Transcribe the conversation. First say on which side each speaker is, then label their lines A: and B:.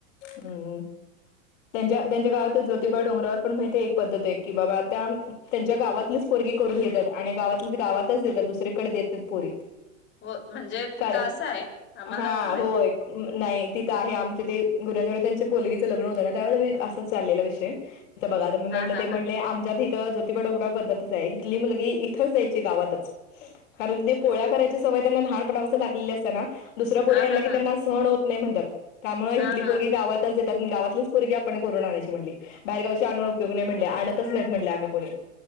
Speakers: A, on the left (about 60°); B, on the left (about 25°).
A: हम्म हम्म त्यांच्या त्यांच्या गावातील ज्योतिबा डोंगरावर. पण माहितीये एक पद्धत आहे की बाबा त्या त्यांच्या गावातलीच एक पोरगी करून घेतात आणि गावात गावातच देतात दुसरीकडे देत नाहीत पोरी.
B: हो म्हणजे तिथं
A: कारण
B: असं आहे आम्हाला
A: हा
B: नव्हतं माहिती
A: होय नाही तिथं आहे आमच ते <unintelligible> त्यांच्या पोलगीच लग्न होत ना त्या वेळेला असं चाललेला विषय. तिथ बघा मी म्हटलं
B: हा हा
A: ते
B: हा
A: म्हटले आमच्यात हित बडगुंडा पद्धतच आहे इथली मुलगी इथच द्यायची गावातच कारण ते पोळ्या करायची सवय त्यांना लहानपणापासून लागलेली असते ना दुसऱ्या पोरी
B: हा हा
A: आल्या की
B: हा
A: त्यांना सहण होत नाही म्हणत्यात. त्यामुळे
B: हा
A: हिथली
B: हा
A: पोरी गावातच दत गावातलीच पोरगी आपण करून आणायची म्हटले बाहेरगावचे आणून उपयोग नाही म्हटले आणतच नाहीत म्हटले आम्ही कोणी